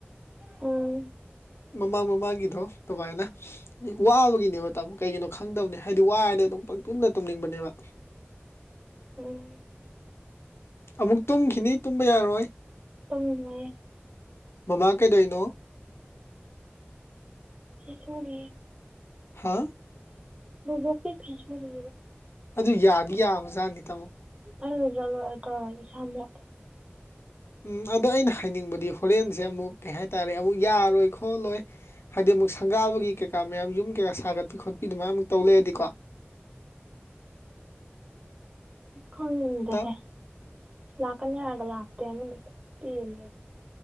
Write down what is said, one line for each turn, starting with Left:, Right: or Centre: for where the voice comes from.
Right: ꯎꯝ
Left: ꯃꯃꯥꯡ ꯃꯃꯥꯡꯒꯤꯗꯣ ꯗꯨꯃꯥꯏꯅ ꯋꯥꯕꯒꯤꯅꯦꯕ ꯇꯥꯃꯣ ꯀꯩꯒꯤꯅꯣ ꯈꯪꯗꯕꯅꯦ ꯍꯥꯏꯗꯤ ꯋꯥꯔꯗꯤ ꯑꯗꯨꯝ ꯄꯪ ꯇꯨꯝꯗ ꯇꯨꯝꯅꯤꯡꯕꯅꯦꯕ
Right: ꯎꯝ
Left: ꯑꯃꯨꯛ ꯇꯨꯝꯈꯤꯅꯤ ꯇꯨꯝꯕ ꯌꯥꯔꯣꯏ
Right: ꯇꯨꯝ <unintelligible>
Left: ꯃꯃꯥ ꯀꯩꯗꫭꯏꯅꯣ
Right: ꯐꯤ ꯁꯨꯔꯤ
Left: ꯍꯥꯥ
Right: ꯕꯨꯕꯣꯛꯀꯤ ꯐꯤ ꯁꯨꯔꯤꯌꯦꯕ
Left: ꯑꯗꯨ ꯌꯥꯗꯤ ꯌꯥꯕꯖꯥꯠꯅꯤ ꯇꯥꯃꯣ
Right: ꯑꯩ ꯂꯨꯖꯥ ꯂꯣꯏꯔ ꯇꯧꯔꯒꯦ ꯏꯁꯥ ꯃꯣꯠꯂꯦ
Left: ꯎꯝ ꯑꯗꯣ ꯑꯩꯅ ꯍꯥꯏꯅꯤꯡꯕꯗꯤ ꯍꯣꯔꯦꯟꯁꯦ ꯑꯃꯨꯛ ꯀꯩ ꯍꯥꯏꯇꯥꯔꯦ ꯑꯃꯨꯛ ꯌꯥꯔꯣꯏ ꯈꯣꯠꯂꯣꯏ ꯍꯥꯏꯗꯤ ꯑꯃꯨꯛ ꯁꯪꯒꯥꯕꯒꯤ ꯀꯩꯀꯥ ꯃꯌꯥꯝ ꯌꯨꯝ ꯀꯩꯀꯥ ꯁꯥꯒꯠꯄꯤ ꯈꯣꯠꯄꯤ ꯑꯗꯨꯃꯥꯏ ꯑꯃꯨꯛ ꯇꯧ ꯂꯩꯔꯗꯤꯀꯣ
Right: ꯈꯪꯗꯦꯍꯦ
Left: ꯇ
Right: ꯂꯥꯛꯀꯅꯤ ꯍꯥꯏꯔꯒ ꯂꯥꯛꯇꯦ ꯑꯃꯗꯨꯁꯨ ꯄꯦꯜꯂꯦ